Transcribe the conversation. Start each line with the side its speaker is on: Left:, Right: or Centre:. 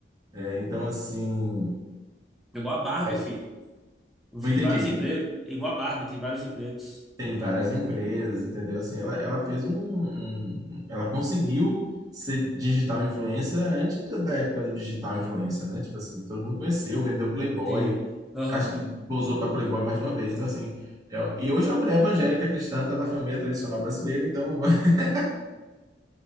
Right: É, então, assim,
Centre: Igual a Barbie,
Right: aí-
Centre: filho.
Right: não
Centre: Tem
Right: entendi,
Centre: vários
Right: diga.
Centre: empregos. Igual a Barbie, tem vários empregos.
Right: Tem várias empresas, entendeu? Assim, ela, ela fez um, um- Ela conseguiu ser digital influencer antes da, da época do digital influencer, né? Tipo assim, todo mundo conheceu, vendeu Playboy,
Centre: Sim. Aham.
Right: acho que pousou para Playboy mais de uma vez. Então, assim, é- e hoje é uma mulher evangélica cristã, tá da família tradicional brasileira, então, <laughs>